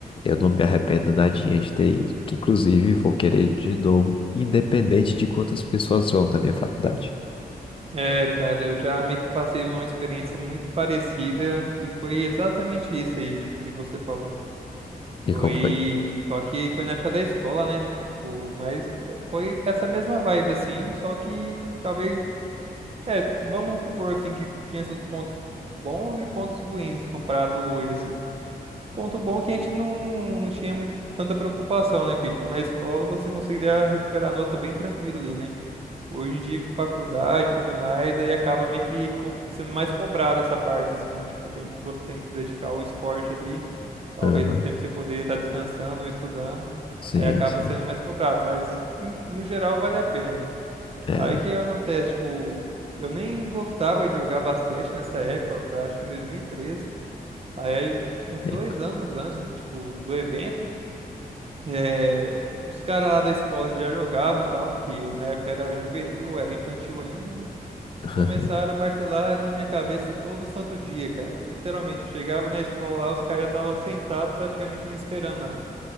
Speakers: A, on the left; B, on the right.
A: Eu não me arrependo nadinha de ter ido. Que, inclusive, vou querer ir de novo, independente de quantas pessoas vão na minha faculdade.
B: É, cara, eu já meio que passei uma experiência muito parecida e foi exatamente isso aí, tipo, que você falou.
A: E
B: Foi.
A: como foi?
B: Só que foi na época da escola, né? Tipo, mas foi foi essa mesma vibe, assim. Só que talvez. É, vamos supor, assim, que tinha seus pontos bons e pontos ruins comparado hoje, assim, né? Ponto bom é que a gente não, não tinha muita, tanta preocupação, né? Que, tipo, na escola você conseguiria recuperar a nota bem tranquila ali, né? Hoje em dia, com faculdade e tudo mais, aí acaba meio que co- sendo mais cobrada essa parte, assim, né? Tipo, o tempo que você tem que se dedicar ao esporte ali, talvez
A: Aham,
B: um tempo que você poderia estar descansando ou estudando,
A: Sim,
B: aí acaba
A: sim.
B: sendo mais cobrado, mas em- no geral vale a pena.
A: É,
B: Aí o que acontece? Tipo, eu nem gostava de jogar basquete nessa época, foi acho que em 2013. Aí, aí, um- uns
A: é,
B: dois anos antes, tipo, do evento. É, uns caras lá da escola que já jogavam e tal, que na época era juvenil, era infantil ainda, né?
A: aham,
B: Começaram a martelar na minha cabeça todo santo dia, cara. Literalmente, eu chegava na escola lá, os caras já estavam sentados praticamente me esperando lá.